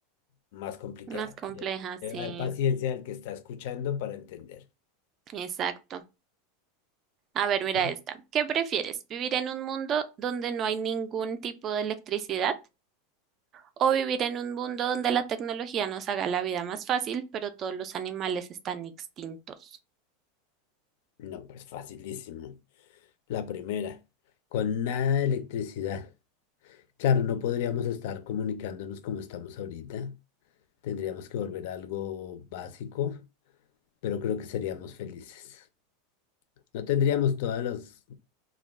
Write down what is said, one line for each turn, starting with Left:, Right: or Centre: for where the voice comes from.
Left: más complicada.
Right: Más compleja,
Left: De-
Right: sí.
Left: Debe haber paciencia al que está escuchando para entender.
Right: Exacto. A ver, mira
Left: ¿sí?
Right: esta. ¿Qué prefieres? ¿Vivir en un mundo donde no hay ningún tipo de electricidad? ¿O vivir en un mundo donde la tecnología nos haga la vida más fácil, pero todos los animales están extintos?
Left: No, pues facilísimo. La primera, con nada de electricidad. Claro, no podríamos estar comunicándonos como estamos ahorita. Tendríamos que volver a algo básico, pero creo que seríamos felices. No tendríamos todas las